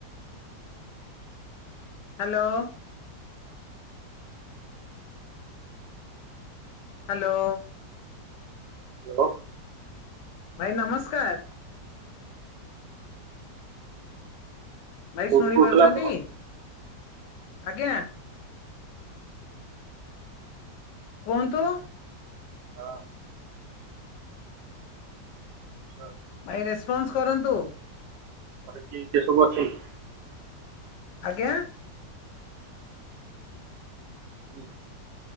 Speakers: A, on the left; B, on the right.
A: ହାଲୋ। ହାଲୋ।
B: ହାଲୋ।
A: ଭାଇ ନମସ୍କାର। ଭାଇ
B: କୋଉଠୁ
A: ଶୁଣି
B: କହୁଥିଲେ
A: ପାରୁଛନ୍ତି
B: ଆପଣ? ହଁ
A: ଆଜ୍ଞା। କୁହନ୍ତୁ।
B: ହଁ। ଆଚ୍ଛା।
A: ଭାଇ ରେସପନ୍ସ କରନ୍ତୁ।
B: ଘରେ କିଏ କିଏ ସବୁ ଅଛନ୍ତି।
A: ଆଜ୍ଞା।
B: ହୁଁ,